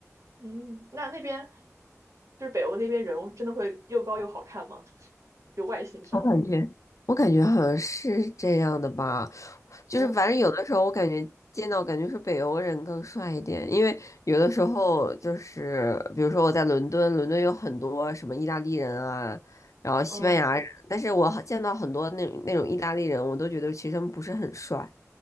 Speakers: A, on the right (about 65°); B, on the left (about 70°).
A: 嗯，那那边就是北欧那边人真的会又高又好看吗？<laughs> 就外形上。
B: 我感觉，我感觉好像是这样的吧，就是反正有的时候我感觉见到感觉是北欧人更帅一点，
A: 哦，
B: 因为有的时候就是比如说我在伦敦，伦敦有很多什么意大利人啊，然后西班牙人，
A: 嗯，
B: 但是我好见到很多那那种意大利人，我都觉得其实他们不是很帅。